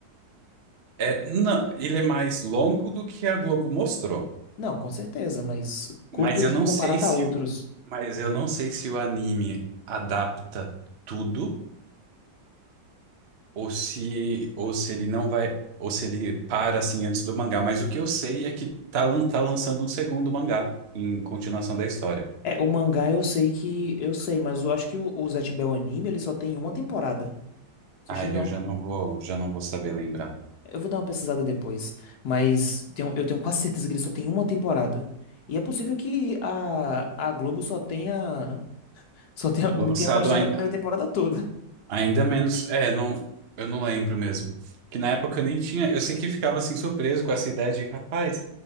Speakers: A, on the right (about 45°); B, on the left (about 60°).
A: É, não, ele é mais longo do que a Globo mostrou.
B: Não, com certeza, mas curto
A: Mas eu
B: de
A: não
B: comparado
A: sei se.
B: a outros.
A: Mas eu não sei se o anime adapta tudo ou se, ou se ele não vai. Ou se ele para assim antes do mangá. Mas o que eu sei é que tá, lan- tá lançando um segundo mangá em continuação da história.
B: É, o mangá eu sei que, eu sei, mas eu acho que o, o Zatch Bell anime, ele só tem uma temporada. Só
A: Aí
B: chega
A: eu
B: a
A: já
B: um.
A: não vou, já não vou saber lembrar.
B: Eu vou dar uma pesquisada depois, mas tenho- eu tenho quase certeza que ele só tem uma temporada. E é possível que a, a Globo só tenha, só tenha, <laughs> me
A: Lançado
B: tenha mostrado
A: ai-
B: a primeira temporada toda.
A: Ainda menos. É, não, eu não lembro mesmo. Que na época eu nem tinha. Eu sei que ficava assim surpreso com essa ideia de, rapaz,